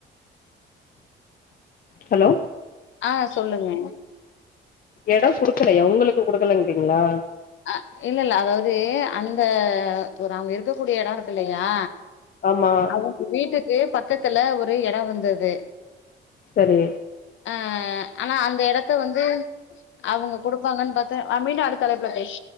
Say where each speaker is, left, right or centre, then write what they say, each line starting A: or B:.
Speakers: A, on the left; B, on the left.
A: ஹலோ
B: ஆ சொல்லுங்க
A: எடம் குடுக்கலையா உங்களுக்கு குடுக்கலங்கிறீங்களா
B: அ இல்ல இல்ல அதாவது அந்த ஒரு அவுங்க இருக்க கூடிய எடோ இருக்கு இல்லையா
A: ஆமா
B: அவங்க வீட்டுக்கு பக்கத்துல ஒரு எடோ வந்தது
A: சரி
B: அ ஆனா அந்த எடத்த வந்து அவுங்க குடுப்பாங்கனு பாத்தா அ மீண்டு அடுத்த அழை ப்பல பேச